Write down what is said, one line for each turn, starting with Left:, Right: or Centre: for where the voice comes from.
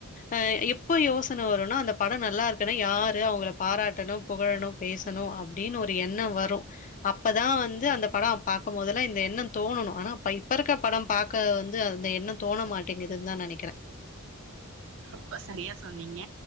Left: அ எப்ப யோசன வருனா அந்த படொ நல்லா இருக்குனா யாரு அவங்கள பாராட்டனு புகழனு பேசனு அப் டீனு ஒரு எண்ணோ வரு அப்பதா வந்து அந்த படொ பாக்கும்போதெல்லா இந்த எண்ணம் தோணனு ஆனா பை இப்ப இருக்ற படோ பாக்க வந்து அந்த எண்ணம் தோண மாட்டேங்குதுன் தா நெனைக்கிறே
Right: ரொம்ப சரியா சொன்னிங்க